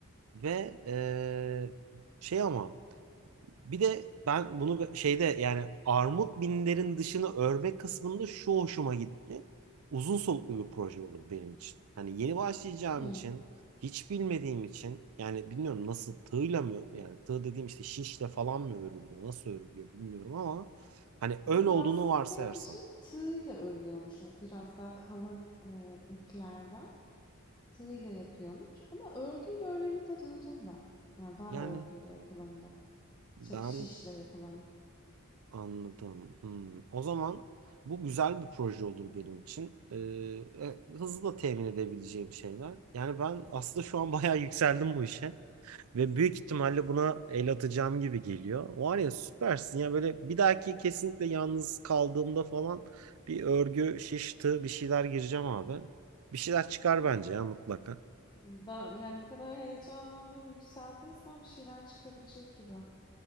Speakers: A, on the right; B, on the left.
A: Ve eee, şey ama bir de ben bunu şeyde yani armut binlerin dışını örme kısmında şu hoşuma gitti. Uzun soluklu bir proje olur benim için. Hani yeni başlayacağım
B: Hı.
A: için, hiç bilmediğim için yani bilmiyorum nasıl tığla mı yani tığ dediğim işte şişle falan mı örülüyor, nasıl örülüyor bilmiyorum ama hani öyle
B: Bu
A: olduğunu
B: bahsettiğim
A: varsayarsam
B: kişi tığıyla örüyormuş. Yani biraz daha kalın e, iplerden tığıyla yapıyormuş. Ama örgüyle öreni de duydum ben. Yani var
A: yani
B: örgüyle yapılanı da. Şey,
A: ben
B: şişle yapılanı.
A: Anladım. Hmm. O zaman bu güzel bir proje olur benim için. Ee, e, hızlı da temin edebileceğim şeyler. Yani ben aslında şu an <laughs> bayağı yükseldim bu işe. Ve büyük ihtimalle buna el atacağım gibi geliyor. Var ya süpersin ya böyle bir dahaki kesinlikle yalnız kaldığımda falan bir örgü, şiş, tığ bir şeyler gireceğim abi. Bir şeyler
B: Ama
A: çıkar
B: Süper.
A: bence ya mutlaka.
B: Ben, yani bu kadar heyecanlandın, yükseldiysen bir şeyler çıkabilecek gibi.